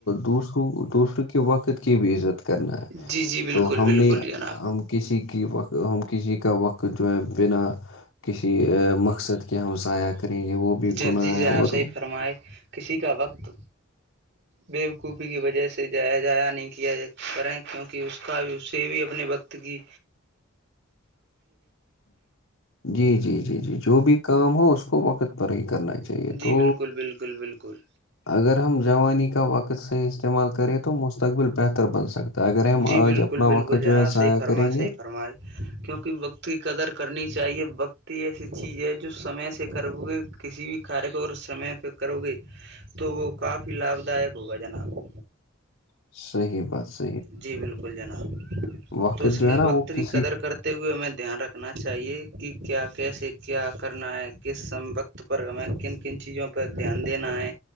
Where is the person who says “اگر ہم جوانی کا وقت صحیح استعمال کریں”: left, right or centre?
Left